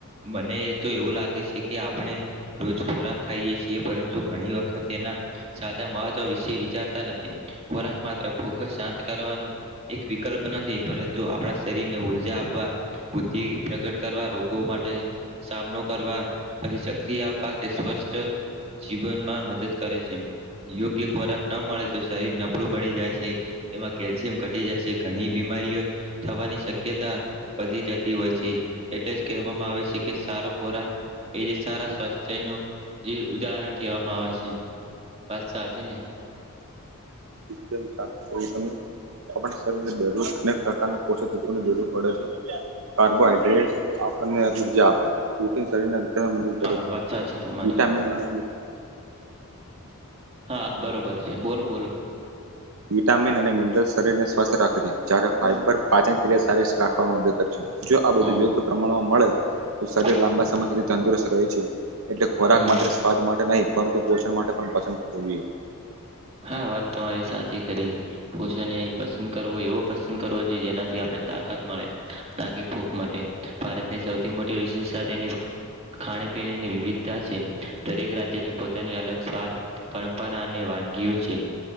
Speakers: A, on the right; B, on the right.
A: મને તો એવું લાગે છે કે આપણે રોજ ખોરાક ખાઈએ છીએ પરંતુ ઘણી વખત એના સાચા મહત્વ વિશે વિચારતા નથી ખોરાક માત્ર ભૂખ શાંત કરવાનું એક વિકલ્પ નથી પરંતુ આપણા શરીરને ઊર્જા આપવા બુદ્ધિ પ્રગટ કરવા રોગો માટે સામનો કરવા પછી શક્તિ આપવા કે સ્વસ્થ જીવનમાં મદદ કરે છે. યોગ્ય ખોરાક ન મળે તો શરીર નબળું બની જાય છે. તેમાં કેલ્શિયમ ઘટી જાય છે ઘણી બીમારીઓ થવાની શક્યતા વધી જતી હોય છે એટલે જ કહેવામાં આવે છે કે સારો ખોરાક એ જે સારા સ્વાસ્થ્યનો જે ઉદાહરણ કહેવામાં આવે છે પાત સાચી ને
B: <inaudible> કરીને દરરોજ અનેક પ્રકારના પોષકતત્વોની જરૂર પડે છે. કાર્બોહાઈડ્રેટસ આપણને ઉર્જા આપે પ્રૂટીન શરીરને કરે
A: હા
B: છે
A: વાત સાચી તમારી
B: વિટામિન અને
A: હા બરોબર છે બોલો બોલો.
B: વિટામિન અને મિનરલ શરીરને સ્વસ્થ રાખે છે જ્યારે ફાઈબર પાચનક્રિયા સારી રાખવામાં મદદ કરે છે. જો આ
A: હા
B: બધું યોગ્ય પ્રમાણમાં મળે તો શરીર
A: હમ
B: લાંબા સમય સુધી તંદુરસ્ત રહે છે. એટલે ખોરાક
A: હમ
B: માત્ર સ્વાદ માટે નહીં પરંતુ પોષણ માટે પણ પસંદ કરવો જોઈએ.
A: હા વાત તમારી સાચી કરી પોષણ એ પસંદ કરવો એવો પસંદ કરવો જોઈએ જેનાથી આપણે તાકાત મળે નાકી ભૂક માટે ભારતની સૌથી મોટી વિશેષતા તેની. ખાણી પીણીની વિવિધતા છે દરેક રાજ્યની પોતાની અલગ સ્વાદ. પરંપરા અને વાનગીઓ છે